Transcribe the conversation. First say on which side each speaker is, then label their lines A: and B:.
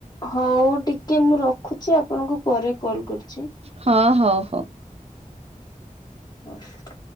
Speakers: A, on the left; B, on the right.
A: ହଉ ଟିକେ ମୁଁ ରଖୁଛି ଆପଣଙ୍କୁ ପରେ କଲ୍ କରୁଛି।
B: ହଁ ହଉ ହଉ।
A: ଅଫ୍।